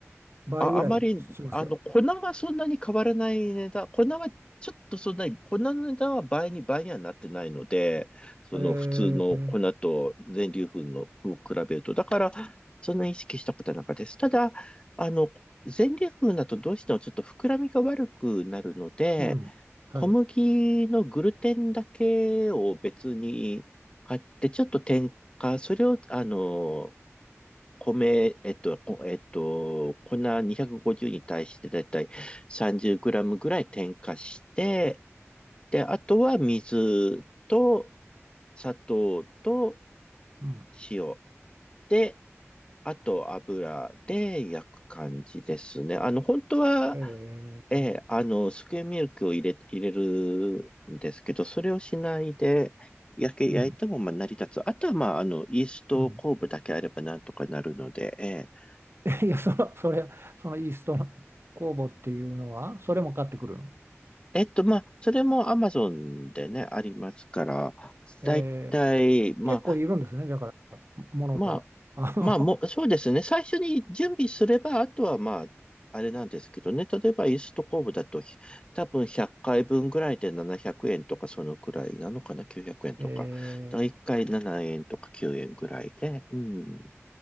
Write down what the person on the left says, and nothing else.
あ、あまり、あの、粉はそんなに変わらない値段。粉はちょっとそんなに、粉の値段は倍に倍にはなってないので、その普通の粉と全粒粉のを比べると。
だから、そんなに意識したことはなかったです。ただ、あの、全粒粉だとどうしてもちょっと膨らみが悪くなるので、
小麦のグルテンだけを別に買って、ちょっと添加、それを、あの、米、えっと、こえっと、粉250に対してだいたい30グラムぐらい添加して、で、あとは水と砂糖と
塩で、あと油で焼く感じですね。あの、本当は、
えーあの、スクエアミルクを入れ、入れるんですけど、それをしないで、焼け、
焼いてもまあ成り立つ。あとは、まあ、あの、イースト酵母だけあればなんとかなるので、
えー
えっと、まあ、それも Amazon でね、ありますから、
だいたい、まあ、
まあ、
まあ、もう、そうですね。最初に準備すれば、あとは、まあ、あれなんですけどね。例えば、イーストコーブだと、ひ多分100回分ぐらいで700円とか、そのくらいなのかな、900円とか。
だから1回7円とか9円ぐらいで、うん。